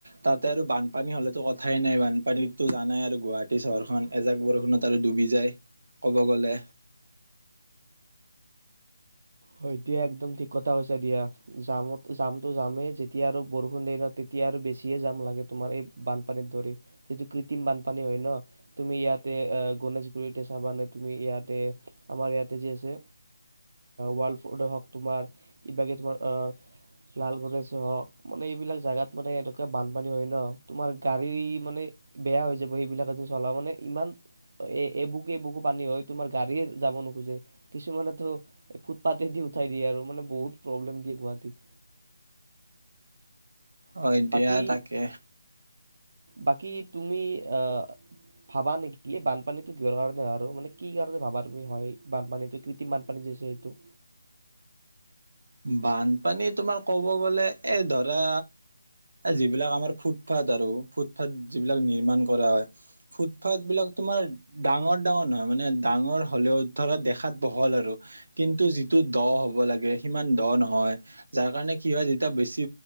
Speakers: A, on the right; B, on the right.
A: তাতে আৰু বানপানী হলেতো কথাই নাই বানপানীততো জানাই আৰু গুৱাহাটী চহৰখন এজাক বৰষুণত আৰু ডুবি যায় কব গ'লে।
B: হয় দিয়া একদম ঠিক। কথা কৈছা দিয়া যামত জাম টো যামেই যেতিয়া আৰু বৰষুণ দিয়ে ন তেতিয়া আৰু বেছিয়ে জাম লাগে। তোমাৰ এই বানপানীত ধৰি যিটো কৃত্ৰিম বানপানী হয় ন তুমি ইয়াতে আ' গনেশগুৰিতে চাবানে তুমি ইয়াতে আমাৰ ইয়াতে যি আছে। ৱাল ফৰ্ড হওক তোমাৰ কিবা তোমাৰ অ' লালগ়নেশেই হওক মানে এইবিলাক জাগাত মানে এনেকুৱা বানপানী হয় ন তোমাৰ গাড়ী মানে বেয়া হৈ যাব সেইবিলাকত যে চলা মানে ইমান এবুকু এবুকু পানী হয় তোমাৰ গাড়ীয়ে যাব নোখোজে। কিছুমানেতো ফুটপাতেদি উঠাই দিয়ে আৰু মানে বহুত প্ৰব্লেম দিয়ে গুৱাহাটীত।
A: হয় দিয়া
B: বাকী
A: তাকে।
B: বাকী তুমি আ' ভাবা নেকি এই বানপানীটো কিহৰ কাৰণে আৰু মানে কি কাৰণে ভাবা তুমি হয় বানপানীটো কৃত্ৰিম বানপানীটো যে এইটো।
A: বানপানী তোমাৰ ক'ব গ'লে। এই ধৰা যিবিলাক আমাৰ ফুটপাথ আৰু ফুটপাথ যিবিলাক নিৰ্মাণ কৰা হয় ফুটপাথ বিলাক তোমাৰ ডাঙৰ ডাঙৰ নহয় মানে ডাঙৰ হ'লেও ধৰা দেখাত বহল আৰু কিন্তু যিটো দ হ'ব লাগে। সিমান দ নহয়। যাৰ কাৰণে কি হয় যেতিয়া বেছি